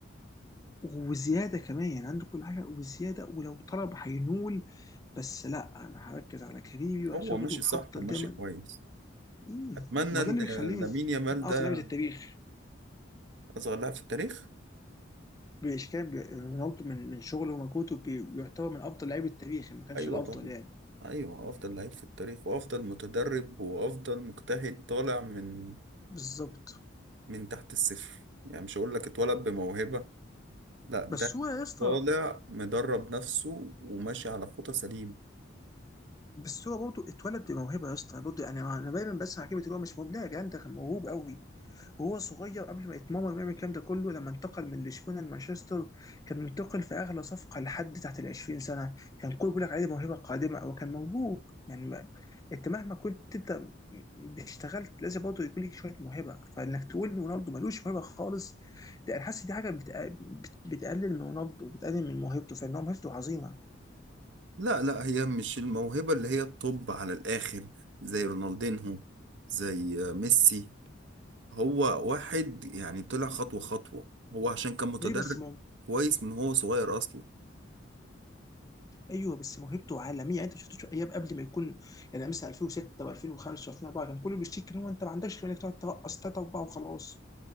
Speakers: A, on the left; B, on the right.
A: وزياده كمان يعني عنده كل حاجه وزياده ولو طلب هينول بس لا انا هركز على كاريري وشغلي
B: هو ماشي
A: وهفضل
B: صح وماشي
A: دايما
B: كويس
A: مم.
B: أتمنى
A: ما هو
B: إن
A: ده اللي بيخليه من,
B: لامين يامال
A: من اعظم
B: ده
A: لعبه التاريخ
B: أصغر لاعب في التاريخ
A: بإشكال بي- رونالدو من من شغله ومجهوده بي- بيعتبر من أفضل لاعبي التاريخ ما كانش
B: ايوه
A: الأفضل
B: طبعا
A: يعني
B: ايوه افضل لعيب في التاريخ وافضل متدرب وافضل مجتهد طالع من
A: بالظبط
B: من تحت الصفر يعني مش هقول لك اتولد بموهبة لا ده
A: بس هو يا اسطى
B: طالع مدرب نفسه وماشي على خطى سليم
A: بس هو برضه اتولد بموهبه يا اسطى برضه يعني انا دايما بسمع كلمه اللي هو مش مبدع يا جدعان ده كان موهوب قوي وهو صغير قبل ما يتمرن ويعمل الكلام ده كله لما انتقل من لشبونه لمانشستر كان منتقل في اغلى صفقه لحد تحت ال 20 سنه كان كل بيقول لك عليه موهبه قادمه او كان موهوب يعني ما انت مهما كنت انت اشتغلت لازم برضه يكون لك شويه موهبه فانك تقول ان رونالدو ملوش موهبه خالص ده انا حاسس دي حاجه بتق- بت- بتقلل من رونالدو وبتقلل من موهبته فان هو موهبته عظيمه
B: لا لا هي مش الموهبة اللي هي الطب على الآخر زي رونالدينهو زي ميسي هو واحد يعني طلع خطوة خطوة هو عشان كان متدرب
A: ليه بس
B: كويس من هو صغير أصلا
A: ايوه بس موهبته عالميه يعني انت شفت ايام قبل ما يكون يعني مثلا 2006 و2005 و2004 كان كله بيشتكي ان هو انت ما عندكش غير انك تقعد ترقص ثلاثه اربعه وخلاص